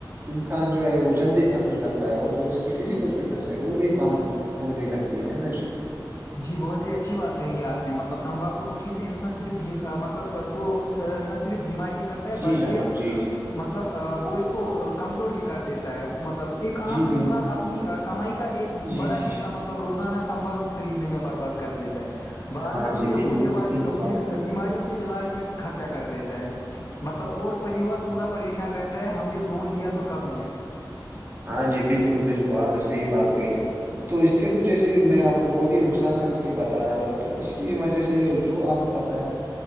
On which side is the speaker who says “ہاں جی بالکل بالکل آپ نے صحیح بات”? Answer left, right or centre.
Right